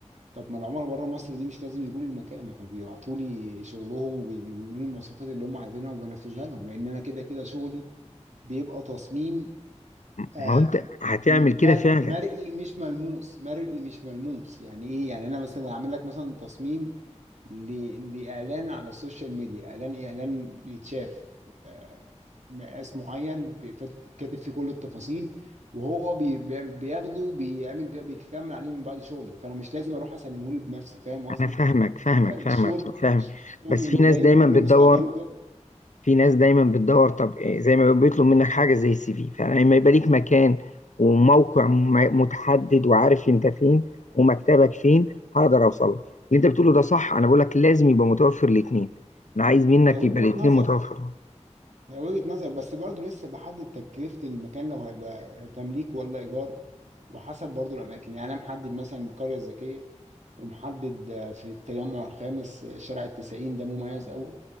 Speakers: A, on the right; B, on the left.
A: طب ما العملاء بره مصر دي مش لازم يجوا لي المكان ما هو بيبعتوا لي شغلهم وبيقولوا لي المواصفات اللي هم عايزينها وبنفذها لهم لان انا كده كده شغلي بيبقى تصميم آه
B: ما هو انت هتعمل
A: بي-
B: كده
A: مرئي
B: فعلا
A: مرئي مش ملموس مرئي مش ملموس يعني ايه يعني انا مثلا اعمل لك مثلا تصميم ل- لاعلان على السوشيال ميديا اعلان اعلان يتشاف آه مقاس معين بفت- كاتب فيه كل التفاصيل وهو بي- بي- بياخده بيعمل بيه بيكمل عليه من بعد شغلي فانا مش لازم اروح اسلمه له بنفسي فاهم قصدي
B: انا فاهمك فاهمك
A: فالشغل
B: فاهمك فاهم
A: الشغل
B: بس
A: اللي
B: في ناس
A: جاي
B: دايما
A: كله
B: بتدور
A: مستقبله كده
B: في ناس دايما بتدور طب إيه، زي ما بيطلب منك حاجه زي السي في فلما يبقى ليك مكان وموقع م- متحدد وعارف انت فين ومكتبك فين هقدر اوصل لك اللي انت بتقوله ده صح انا بقول لك لازم يبقى متوفر الاثنين انا عايز منك
A: هي وجهة
B: يبقى الاثنين
A: نظر
B: متوفرين
A: هي وجهة نظر بس برضه لسه بحدد تكلفة المكان لو هيبقى تمليك ولا إيجار وحسب برضه الأماكن يعني أنا محدد مثلا القرية الذكية ومحدد آه، في التجمع الخامس آه، شارع التسعين ده مميز أوي